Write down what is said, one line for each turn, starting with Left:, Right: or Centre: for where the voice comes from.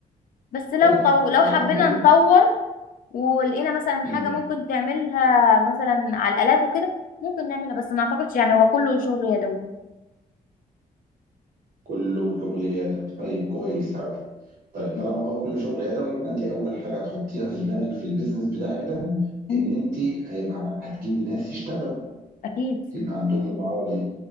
Left: بس لو
Right: طيب
Left: طو... لو
Right: طالما
Left: حبينا
Right: كله
Left: نطور ولقينا مثلا
Right: مم.
Left: حاجة ممكن تعملها مثلا على الآلات وكده ممكن نعملها بس ما أعتقدش يعني هو كله شغل يدوي
Right: كله شغل يدوي طيب كويس قوي طيب
Left: مم.
Right: طالما هو كله شغل يدوي يبقى انت اول حاجه هتحطيها في دماغك في البيزنس بتاعك ده
Left: مم.
Right: ان انت هيبقى هتجيبي ناس يشتغلوا
Left: أكيد
Right: يبقى عندهم المهارة دي